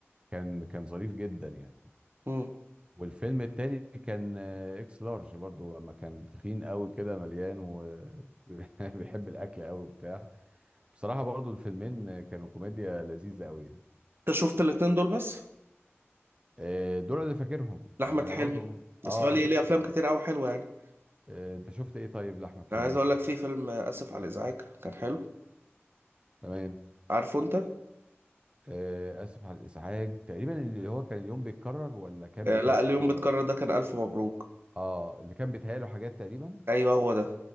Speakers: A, on the right (about 25°); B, on the right (about 55°).
A: كان كان ظريف جدا يعني
B: امم
A: والفيلم التاني كان آه، اكس لارج برضو لما كان تخين قوي كده مليان وبيحب <laughs> الاكل قوي وبتاع بصراحة برضو الفيلمين كانوا كوميديا لذيذة قوي يعني
B: انت شفت الاتنين دول بس
A: آه، دول اللي فاكرهم
B: لاحمد
A: يعني انا
B: حلمي
A: برضو
B: بس
A: اه
B: هو ليه
A: لاحمد
B: ليه
A: حلمي
B: افلام كتير قوي حلوه يعني
A: آه، انت شفت ايه طيب لاحمد حلمي
B: انا عايز اقول لك في فيلم اسف على الازعاج كان حلو
A: تمام
B: عارفه انت
A: آه، اسف على الازعاج تقريبا اللي هو كان اليوم بيتكرر ولا كان
B: آه،
A: بيتهيأله
B: لا اليوم
A: حاجات
B: بتكرر ده كان الف مبروك
A: اه اللي كان بيتهيأله حاجات تقريبا
B: ايوه هو ده